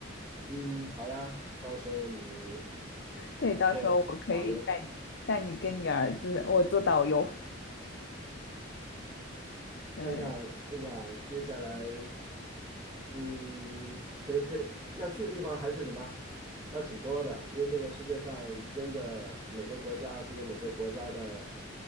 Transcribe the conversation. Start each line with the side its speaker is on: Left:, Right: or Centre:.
Right: 嗯，好呀，到时候你
Left: 对，到时候我可以带带你跟你儿子，
Right: 做导游
Left: 我做导游。对，
Right: 看一下，哎呀，接下来嗯，可能可要去的地方还是什么，要挺多的，因为这个世界上真的每个国家都有每个国家的